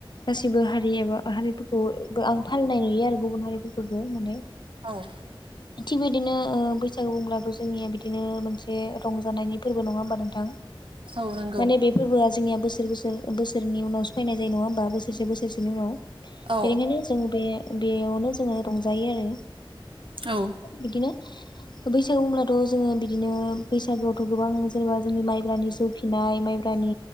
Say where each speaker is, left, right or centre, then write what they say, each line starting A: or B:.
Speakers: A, on the left (about 55°); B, on the right (about 65°).
A: गासिबो हारि एबा हारिफोरखौ बो आं फालिनाय नुयो आरो गुबुन हारिफोरखौबो माने
B: औ
A: थिग बिदिनो ओ बैसागु बुंब्लाथ' जोंनिया बिदिनो मोनसे रंजानायनि फोरबो नङा होमबा नोंथां
B: औ नंगौ
A: माने बे फोरबोआ जोंनिया बोसोर सोर बोसोर बोसोरनि उनावसो फैनाय जायो नङा बा बोसोरसे बोसोरसेनि उनाव
B: औ
A: बेनिखायनो जों बे बेयावनो जोङो रंजायो आरो
B: औ
A: बिदिनो बैसागु होनब्लाथ' जोङो बिदिनो बैसागोआवथ' गोबां जेनेबा जोंनि माइब्रानि जौ फिनाय माइब्रानि